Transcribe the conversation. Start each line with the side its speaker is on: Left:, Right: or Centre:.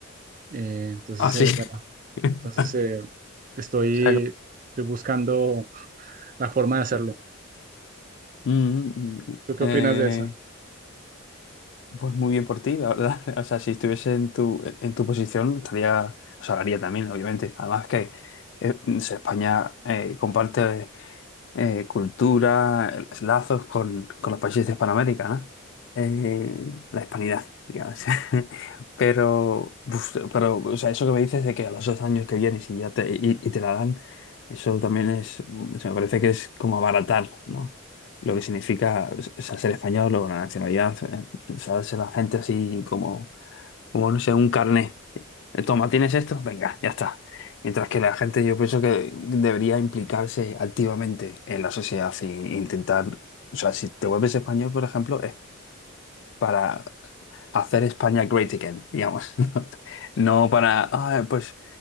Right: Eh, entonces,
Left: Ah, sí.
Right: eh, bueno,
Left: <laughs>
Right: entonces eh, estoy,
Left: O sea,
Right: estoy buscando la forma de hacerlo.
Left: como- Mm, mm,
Right: ¿Tú qué
Left: eh,
Right: opinas de eso?
Left: pues muy bien por ti, la verdad. <laughs> O sea, si estuviese en tu, en tu posición, estaría, o sea, lo haría también, obviamente. Además que eh, no sé, España eh, comparte eh, cultura, eh, lazos con, con los países de Hispanoamérica, ¿no? Eh, la hispanidad, digamos. <laughs> Pero, uf, pero o sea, eso que me dices de que a los dos años que vienes y ya te, y, y te la dan, eso también es, o sea, me parece que es como abaratar, ¿no? Lo que significa, o sea, ser español o la nacionalidad, eh, o sea, ser la gente así como, como, no sé, un carné. Eh, Toma, ¿tienes esto? Venga, ya está. Mientras que la gente, yo pienso que debería implicarse activamente en la sociedad e intentar, o sea, si te vuelves español, por ejemplo, es para hacer España great again, digamos. <laughs> No no para, "Ah, pues